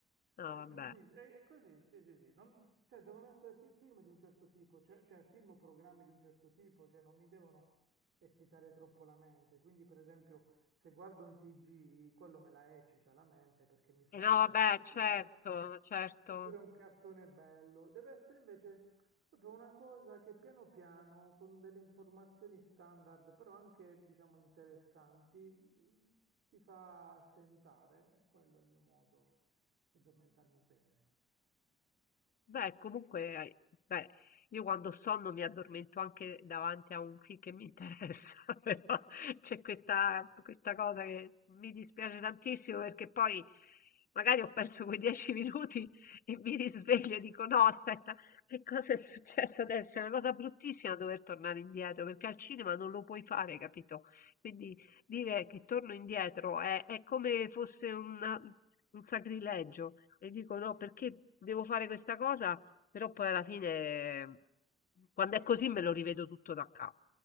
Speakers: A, on the left (about 45°); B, on the right (about 70°).
A: No,
B: È
A: vabbè.
B: giustissimo, è, è così, sì, sì, sì. Non- cioè, devono essere ti- film di un certo tipo, cioè, cioè film o programmi di un certo tipo, cioè non mi devono eccitare troppo la mente. Quindi, per esempio, se guardo un TG, quello me la eccita la mente perché mi fa
A: E no,
B: ragionare.
A: vabbè,
B: Invece,
A: certo, certo.
B: Oppure un cartone bello. Deve essere invece proprio una cosa che piano piano, con delle informazioni standard, però anche, diciamo, interessanti, mh, ti fa assentare. E quello è il mio modo di addormentarmi bene.
A: Beh, comunque, hai- beh, io quando ho sonno mi addormento anche davanti a un film che mi interessa, <laughs> però c'è questa,
B: Eh, eh.
A: questa cosa che mi dispiace tantissimo perché poi magari ho perso quei dieci <laughs> minuti e mi risveglio e dico no, aspetta, che cosa è successo adesso? È una cosa bruttissima dover tornare indietro perché al cinema non lo puoi fare, capito? Quindi Dire che torno indietro è, è come fosse una- un sacrilegio e dico no,
B: <laughs>
A: perché devo fare questa cosa? Però poi alla fine, quando è così, me lo rivedo tutto da capo